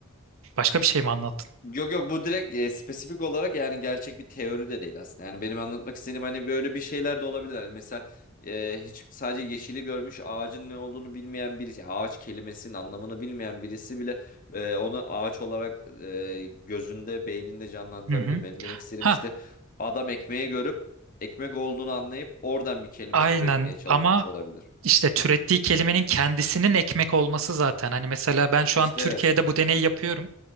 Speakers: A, on the right; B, on the left.
A: Başka bir şey mi anlattın?
B: Yok yok bu direkt e, spesifik olarak yani gerçek bir teori de değil aslında. Yani benim anlatmak istediğim hani böyle bir şeyler de olabilir. Hani mesela e, hiç sadece yeşili görmüş ağacın ne olduğunu bilmeyen birisi, yani ağaç kelimesinin anlamını bilmeyen birisi bile e, onu ağaç olarak e, gözünde, beyninde canlandırabilir.
A: Hı hı.
B: Benim demek istediğim
A: Ha,
B: işte adam ekmeği görüp ekmek olduğunu anlayıp oradan bir kelime
A: aynen
B: türetmeye çalışmış
A: ama
B: olabilir.
A: işte türettiği kelimenin kendisinin ekmek olması zaten. Hani mesela ben şu
B: İşte
A: an Türkiye'de
B: evet.
A: bu deneyi yapıyorum.